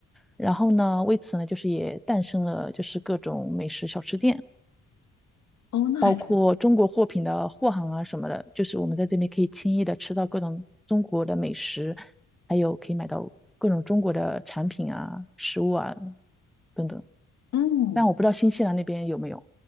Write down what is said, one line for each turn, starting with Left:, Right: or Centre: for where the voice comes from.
Centre: 然后呢，为此呢，就是也诞生了就是各种美食小吃店。
Left: 哦，那还挺，
Centre: 包括中国货品的货行啊什么的，就是我们在这边可以轻易的吃到各种中国的美食，还有可以买到各种中国的产品啊、食物啊等等。
Left: 嗯，
Centre: 但我不知道新西兰那边有没有，